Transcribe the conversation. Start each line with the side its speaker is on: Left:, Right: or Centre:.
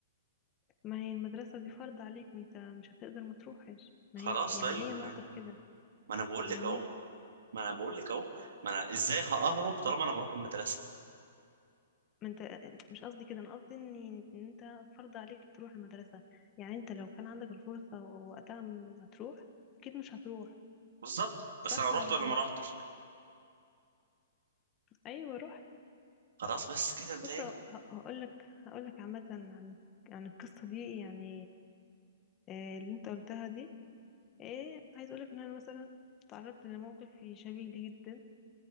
Left: ما هي المدرسة دي فرض عليك ما انت مش هتقدر ما تروحش
Right: خلاص
Left: ما هي يعني
Right: طيب
Left: هي النقطة
Right: ما
Left: في كده
Right: ما انا بقول
Left: فاهمني
Right: لك اهو ما انا بقول لك اهو ما انا ازاي ههرب طالما انا بروح المدرسه
Left: ما انت مش قصدي كده انا قصدي ان ان انت فرض عليك تروح المدرسة يعني انت لو كان عندك الفرصة وقتها ما تروح اكيد مش هتروح
Right: بالظبط
Left: صح
Right: بس انا رحت
Left: ولا
Right: ولا ما
Left: ايه
Right: رحتش
Left: ايوه رحت
Right: خلاص بس كده انتهينا
Left: بص هقول لك هقول لك عامة عن عن القصة دي يعني آه، اللي انت قلتها دي ايه عايز اقول لك ان انا مثلا تعرضت لموقف شبيه لي جدا